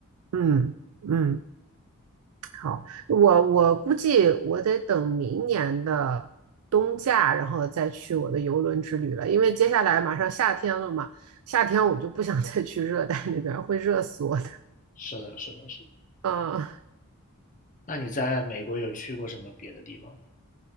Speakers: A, on the right; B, on the left.
A: 嗯嗯，好，我我估计我得等明年的冬假，然后再去我的游轮之旅了，因为接下来马上夏天了嘛，夏天我就不想再去热带那边儿，会热死我的。
B: 是的，是的，是的。
A: 啊
B: 那你在美国有去过什么别的地方吗？